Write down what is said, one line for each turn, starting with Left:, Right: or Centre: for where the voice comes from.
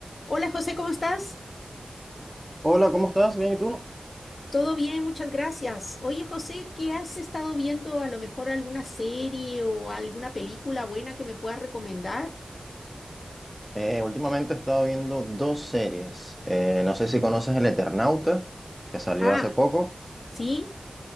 Left: Hola José, ¿cómo estás?
Centre: Hola, ¿cómo estás? Bien, ¿y tú?
Left: Todo bien, muchas gracias. Oye José, ¿qué has estado viendo? A lo mejor alguna serie o alguna película buena que me puedas recomendar.
Centre: Eh, últimamente he estado viendo dos series. Eh, no sé si conoces El Eternauta, que salió
Left: Ah,
Centre: hace poco,
Left: sí.